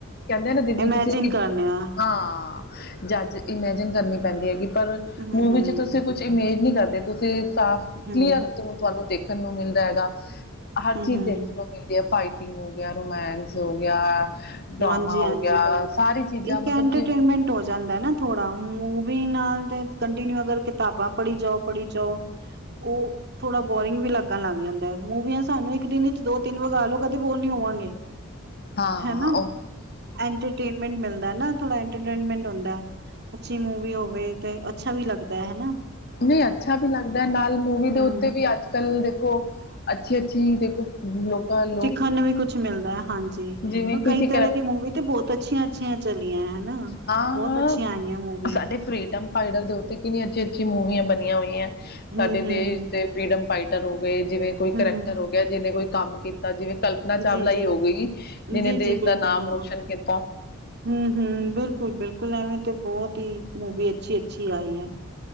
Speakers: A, on the left (about 45°); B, on the right (about 50°).
A: ਕਹਿੰਦੇ ਨੇ ਜਿੰਨੀ
B: ਇਮੈਜਿਨ
A: ਤੁਸੀਂ ਕਿ
B: ਕਰਨੇ ਆ
A: ਹਾਂ ਜੱਜ ਇਮੈਜਿਨ ਕਰਨੀ ਪੈਂਦੀ ਹੈਗੀ, ਪਰ
B: ਹੂੰ
A: ਮੂਵੀ
B: ਹੂੰ।
A: 'ਚ ਤੁਸੀਂ ਕੁਛ ਇਮੇਜ ਨਹੀਂ ਕਰਦੇ, ਤੁਸੀਂ ਸਾਫ
B: ਹੂੰ
A: ਕਲੀਅਰ ਤਾਂ ਤੁਹਾਨੂੰ ਦੇਖਣ ਨੂੰ ਮਿਲਦਾ ਹੈਗਾ। ਹਰ
B: ਹੂੰ
A: ਚੀਜ਼
B: ਹੂੰ
A: ਦੇਖਣ ਨੂੰ ਮਿਲਦੀ, ਫਾਈਟਿੰਗ ਹੋ ਗਿਆ, ਰੋਮੈਂਸ ਹੋ ਗਿਆ ਡਰਾਮਾ
B: ਹਾਂਜੀ
A: ਹੋ
B: ਹਾਂਜੀ
A: ਗਿਆ ਸਾਰੀ ਚੀਜ਼ਾਂ
B: ਇੱਕ
A: ਮਤਲਬ
B: ਐਂਟਰਟੇਨਮੈਂਟ
A: ਜਿਵੇਂ
B: ਐਂਟਰਟੇਨਮੈਂਟ ਹੋ ਜਾਂਦਾ ਨਾ ਥੋੜਾ, ਮੂਵੀ ਨਾਲ ਤੇ ਕੰਟੀਨਿਊ ਅਗਰ ਕਿਤਾਬਾਂ ਪੜ੍ਹੀ ਜਾਓ ਪੜ੍ਹੀ ਜਾਓ ਓ ਥੋੜਾ ਬੋਰਿੰਗ ਵੀ ਲੱਗਣ ਲੱਗ ਜਾਂਦਾ ਏ, ਮੂੰਵੀਆਂ ਸਾਨੂੰ ਇੱਕ ਦਿਨ 'ਚ ਦੋ- ਤਿੰਨ ਵਗਾ ਲਓ ਕਦੇ ਬੋਰ ਨੀ ਹੋਵਾਂਗੇ। <inaudible>
A: ਹਾਂ
B: ਹਨਾ
A: ਓ
B: ਐਂਟਰਟੇਨਮੈਂਟ ਮਿਲਦਾ ਨਾ, ਥੋੜਾ ਐਂਟਰਟੇਨਮੈਂਟ ਹੁੰਦਾ। ਅੱਛੀ ਮੂਵੀ ਹੋਵੇ ਤੇ ਅੱਛਾ ਵੀ ਲੱਗਦਾ ਹੈਨਾ।
A: ਨਹੀਂ ਅੱਛਾ ਵੀ ਲੱਗਦਾ, ਨਾਲ ਮੂਵੀ
B: ਹਮ
A: ਦੇ ਉੱਤੇ ਵੀ ਅੱਜ- ਕੱਲ ਦੇਖੋ ਅੱਛੀ- ਅੱਛੀ ਦੇਖੋ। ਹਮ ਲੋਕਾਂ ਲਈ
B: ਸਿੱਖਣ ਨੂੰ ਵੀ ਕੁਛ ਮਿਲਦਾ, ਹਾਂਜੀ
A: ਜਿਵੇਂ ਕਿਸੇ
B: ਕਈ
A: ਕਰੈਕਟ
B: ਤਰ੍ਹਾਂ ਦੀ ਮੂਵੀ ਤੇ ਬਹੁਤ ਅੱਛੀਆਂ ਅੱਛੀਆਂ ਚਲੀਆਂ ਹੈਂ। ਹਨਾ,
A: ਹਾਂ
B: ਬਹੁਤ ਅੱਛੀਆਂ ਆਈਆਂ ਮੂਵੀ।
A: ਸਾਡੇ ਫਰੀਡਮ ਫਾਈਟਰ ਦੇ ਉੱਤੇ ਕਿੰਨੀ ਅੱਛੀਆਂ ਅੱਛੀਆਂ ਮੂਵੀਆਂ ਬਣੀਆਂ ਹੋਈਆਂ ਸਾਡੇ
B: ਹਮ ਹਮ
A: ਦੇਸ਼ ਦੇ ਫਰੀਡਮ ਫਾਈਟਰ ਹੋ ਗਏ, ਜਿਵੇਂ ਕੋਈ
B: ਹਮ
A: ਕਰੈਕਟਰ
B: ਹਮ
A: ਹੋ ਗਿਆ ਜਿਹਨੇ ਕੋਈ ਕੰਮ ਕੀਤਾ, ਜਿਵੇਂ ਕਲਪ ਨਾਂ ਚਾਵਲਾ
B: ਜੀ
A: ਹੀ
B: ਜੀ
A: ਹੋ ਗਈ, ਜਿਹਨੇ
B: ਜੀ
A: ਦੇਸ਼
B: ਜੀ ਬਿਲਕੁਲ
A: ਦਾ ਨਾਮ
B: ਬਿਲਕੁਲ
A: ਰੋਸ਼ਨ ਕੀਤਾ।
B: ਹਮ -ਹਮ, ਬਿਲਕੁਲ- ਬਿਲਕੁਲ ਐਵੇਂ ਤੇ ਬਹੁਤ ਹੀ ਮੂਵੀ ਅੱਛੀ- ਅੱਛੀ ਆਈ ਹੈ